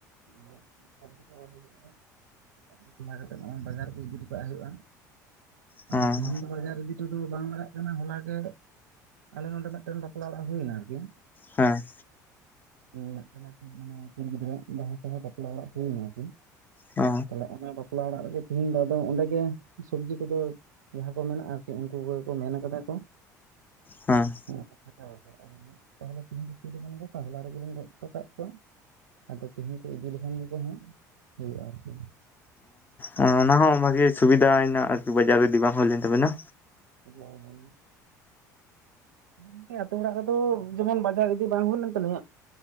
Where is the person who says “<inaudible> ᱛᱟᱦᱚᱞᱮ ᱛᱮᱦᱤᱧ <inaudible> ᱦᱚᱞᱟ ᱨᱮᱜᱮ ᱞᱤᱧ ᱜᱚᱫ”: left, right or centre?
Right